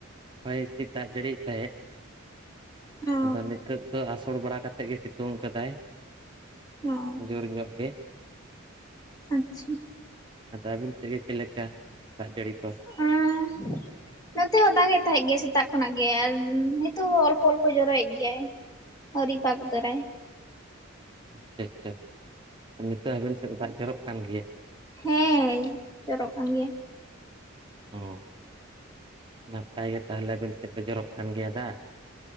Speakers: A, on the right (about 25°); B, on the left (about 20°).
A: ᱦᱚᱭ ᱦᱤᱸᱥᱤᱫ ᱫᱟᱜ ᱡᱟᱹᱲᱤᱭᱮ ᱛᱟᱦᱮᱸᱫ
B: ᱚ
A: ᱟᱫᱚ ᱱᱤᱛᱚᱜ ᱫᱚ ᱟᱥᱚᱲ ᱵᱟᱲᱟ ᱠᱟᱛᱮᱫ ᱜᱮ ᱥᱤᱛᱩᱝ ᱠᱟᱫᱟᱭ
B: ᱚ
A: ᱡᱳᱨ ᱧᱚᱜ ᱜᱮ
B: ᱟᱪᱪᱷᱟ
A: ᱟᱫᱚ ᱟᱵᱤᱱ ᱥᱮᱫ ᱜᱮ ᱪᱮᱫ ᱞᱮᱠᱟ ᱫᱟᱜ ᱡᱟᱹᱲᱤ ᱠᱚ
B: <unintelligible> ᱱᱚᱛᱮ ᱦᱚᱸ ᱫᱟᱜ ᱮ ᱛᱟᱦᱮᱸᱜ ᱜᱮᱭᱟ ᱥᱮᱛᱟᱜ ᱠᱷᱚᱱᱟᱜ ᱜᱮ ᱟᱨ ᱱᱤᱛᱚᱜ ᱦᱚ ᱚᱞᱯᱚ ᱚᱞᱯᱚ ᱡᱚᱨᱚᱭᱮᱫ ᱜᱮᱭᱟᱭ ᱦᱟᱨᱤ ᱯᱟᱜ ᱛᱟᱨᱮ
A: ᱟᱪᱷᱟ ᱟᱪᱷᱟ ᱱᱤᱛᱚᱜ ᱦᱟᱵᱮᱱ ᱥᱮᱫ ᱫᱟᱜ ᱡᱚᱨᱚᱜ ᱠᱟᱱ ᱜᱮᱭᱟ ᱾
B: ᱦᱮᱸ ᱡᱚᱨᱚᱜ ᱠᱟᱱ ᱜᱮᱭᱟ ᱾
A: ᱚᱸ ᱻ᱾ ᱱᱟᱯᱟᱭ ᱜᱮ ᱛᱟᱦᱚᱞᱮ ᱟᱵᱤᱱ ᱥᱮᱫ ᱡᱚᱨᱚᱜ ᱠᱟᱱ ᱜᱮᱭᱟ ᱫᱟᱜ ᱾